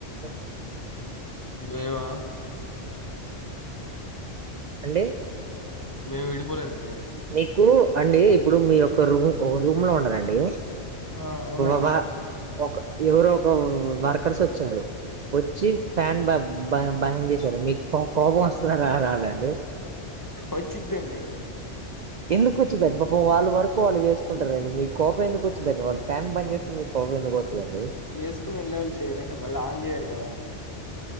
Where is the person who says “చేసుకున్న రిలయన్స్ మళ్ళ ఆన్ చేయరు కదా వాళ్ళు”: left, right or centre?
Left